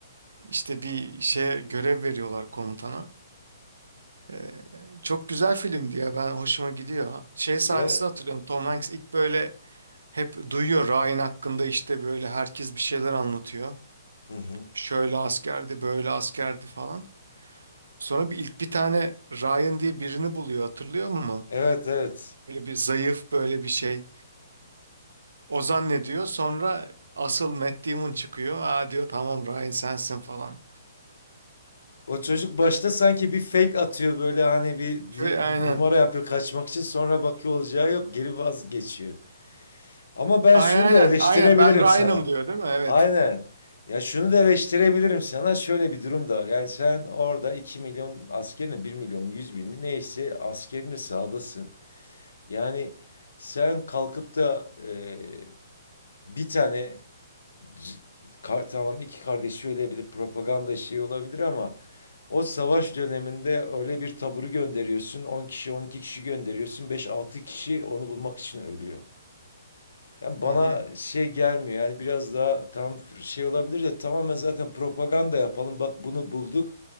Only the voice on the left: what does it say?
Ya
Hı hı.
Evet evet.
O çocuk başta sanki bir fake atıyor böyle hani bir
numara yapıyor kaçmak için sonra bakıyor olacağı yok geri vazgeçiyor. Ama ben
şunu
da eleştirebilirim
sana.
Aynen. Ya şunu da eleştirebilirim sana şöyle bir durum da var. Yani sen orada 2 milyon askerini bir milyon yüz bin mi neyse askerini sahadasın. Yani sen kalkıp da e, bir tane c- kar- tamam iki kardeşi ölebilir propaganda şeyi olabilir ama o savaş döneminde öyle bir taburu gönderiyorsun. on kişi, 12 kişi gönderiyorsun. beş altı kişi onu bulmak için ölüyor. Yani bana
şey gelmiyor. Yani biraz daha tam şey olabilir de tamamen zaten propaganda yapalım. Bak bunu bulduk.